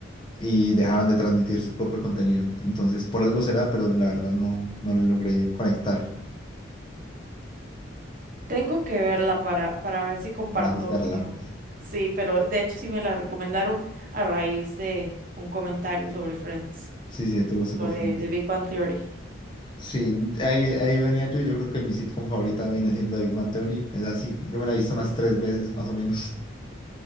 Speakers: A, on the left; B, on the right.
A: y dejaban de transmitir su propio contenido. Entonces, por algo será, pero la verdad no, no le logré conectar
B: Tengo que verla para, para ver si comparto
A: para juzgarla.
B: opinión. Sí, pero de hecho sí me la recomendaron a raíz de un comentario sobre Friends,
A: Sí, sí, tuvo
B: y
A: super
B: sobre
A: fans.
B: The Big Bang Theory.
A: Sí, ahí, ahí venía yo y yo creo que mi sitcom favorita viene siendo Big Bang Theory. Es así, yo me la he visto unas tres veces más o menos. <laughs>